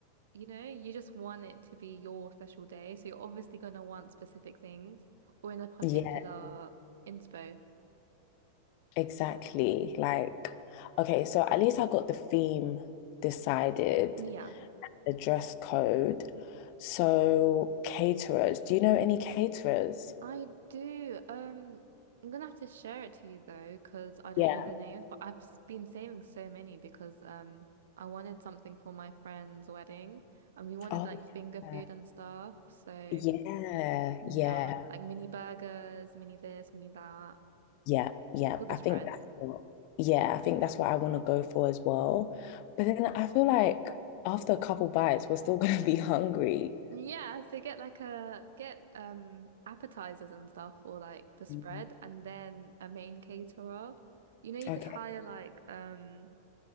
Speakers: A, on the right; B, on the left.
A: you know, you just want it to be your special day. So you're obviously gonna want specific things or in a particular
B: Yeah,
A: inspo.
B: exactly. Like, okay, so at least I got the theme decided,
A: Yeah.
B: the dress code. So, caterers, do you know any caterers?
A: I do. Um, I'm gonna have to share it to you though, because I don't
B: Yeah.
A: know the names, but I've s- been saving so many because um I wanted something for my friend's wedding and we wanted
B: Oh,
A: like finger food
B: yeah.
A: and stuff. So
B: Yeah,
A: yeah,
B: yeah,
A: like mini burgers, mini this, mini that
B: yeah, yeah.
A: for the
B: I
A: spread.
B: think that's what, yeah, I think that's what I want to go for as well. But then I feel like after a couple bites, we're still <laughs> gonna be hungry.
A: Yeah, so get like a get um appetizers and stuff for like the spread
B: Mhm.
A: and then a main caterer. You know, you
B: Okay.
A: could hire like um